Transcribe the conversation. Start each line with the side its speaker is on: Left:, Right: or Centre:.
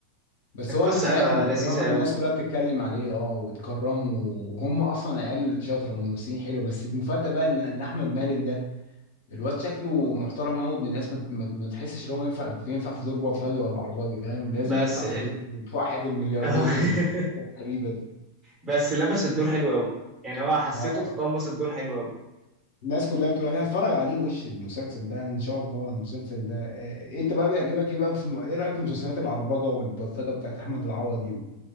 Left: بس
Right: القصة
Left: هو انا سمعت إن
Right: لذيذة
Left: بصراحه الناس
Right: قوي
Left: كلها بتتكلم عليه اه وتكرمه وهم اصلا عيال شاطره ممثلين حلو بس المفاجاه بقى ان إن احمد مالك ده الواد شكله محترم قوي ابن الناس ما ما- ما تحسش ان هو ينفع ينفع في دور بطلجي ولا عرباجي فاهم لازم
Right: بس
Left: يطلع في دور واحد الملياردير
Right: <laughs>
Left: والغريبه دي
Right: بس لبس الدور حلو قوي يعني هو حسيته
Left: اه
Right: تقمص الدور حلو قوي
Left: الناس كلها بتقول عليها اتفرج عليه وش المسلسل ده ان شاء الله المسلسل ده إيه انت بقى بيعجبك ايه بقى في م- ايه رايك في مسلسلات العربجه والبلطجه بتاعت احمد العوضي وال-